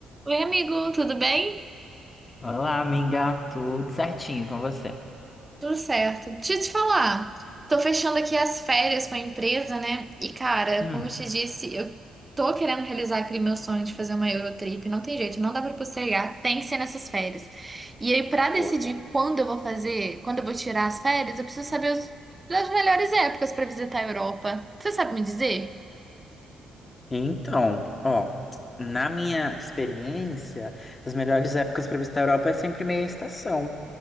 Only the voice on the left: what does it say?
Olá, amiga, tudo certinho com você?
Hum,
Boa.
Então, ó, na minha experiência, as melhores épocas para visitar a Europa é sempre meia estação,